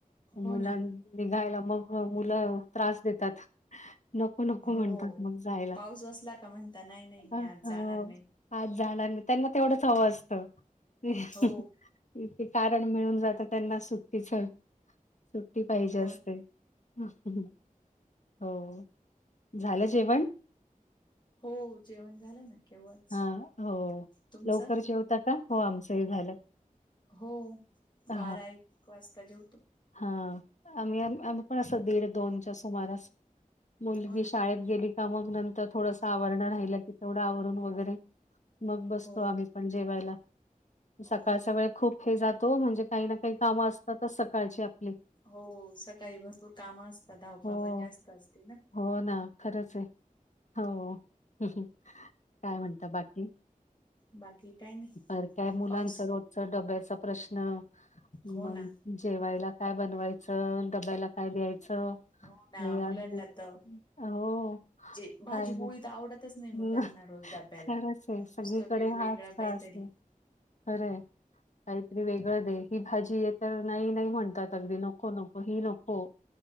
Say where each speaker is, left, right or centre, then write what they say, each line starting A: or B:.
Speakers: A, on the left (about 30°); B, on the left (about 55°).
A: हो
B: मुलां
A: ना
B: निघायला मग मुलं त्रास देतात नको नको
A: हो
B: म्हणतात मग जायला.
A: पाऊस असला का म्हणता नाही नाही. मी
B: अ
A: आज जाणार नाही
B: पाच जाणार नाही त्यांना तेवढंच हवं असत. मग
A: हो
B: ते कारण मिळून जातं त्यांना सुट्टीच ह. ते पाहिजे
A: हो
B: असते हो झालं जेवण.
A: हो. जेवण झालं. ना केव्हाच
B: हा हो
A: तुमचं
B: लवकर जेवता का हो आमचंही झालं.
A: हो
B: हा
A: बारा एक वाजता जेवतो.
B: हा आम्ही आम्ही पण असं दीड दोनच्या सुमारास. मुलगी
A: हो ना
B: शाळेत गेली का मग नंतर थोडस आवरणं राहिलं की तेवढं आवरून वगैरे. मग बसतो
A: हो
B: आम्ही पण जेवायला
A: हो
B: सकाळच्या
A: ना
B: वेळे खूप हे जातो म्हणजे काही ना काही कामं असतातच सकाळची आत
A: हो सकाळी भरपूर काम असतात धावपळ
B: हो,
A: पण जास्त असती ना.
B: हो ना खरंच आहे हो हं हं काय म्हणत बाकी.
A: बाकी काही नाही.
B: बार काय मुलांचा
A: पाऊस
B: रोजच डब्याचा प्रश्न मग.
A: हो ना
B: जेवायला काय बनवायचं डब्याला काय द्यायचं.
A: हो ना
B: हे
A: मुलांना
B: आणत्यात
A: तर
B: आ हो.
A: जे भाजीपोळी
B: काय ना
A: तर आवडतच नाही मुलांना रोज डब्याला
B: खरच <unintelligible> आहे
A: नुसतं
B: सगळीकडे
A: वेगवेगळं
B: हाच तास
A: काहीतरी
B: आहे खरे हाय. काहीतरी वेगळं दे ही भाजी य तर नाही नाही म्हणतात अगदी नको नको ही नको.